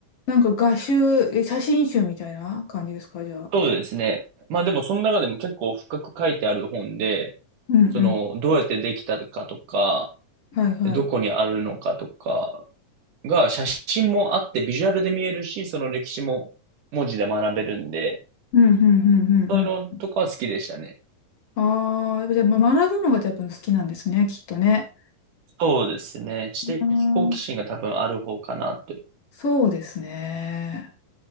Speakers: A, on the left; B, on the right.
A: なんか画集、え、写真集みたいな感じですか、じゃあ。
B: そうですね。まあでもその中でも結構深く書いてある本で、
A: うんうん。
B: その、どうやってできたかとか、
A: はいはい。
B: どこにあるのかとかが写真もあってビジュアルで見えるし、その歴史も文字で学べるんで、
A: うん、うん、うん、うん、
B: そういうのとかは好きでしたね。
A: うん。ああ、やっぱじゃあ、ま学ぶのがやっぱ好きなんですね、きっとね。
B: そうですね。知的好奇心が多分ある方かなって。
A: うん、そうですね。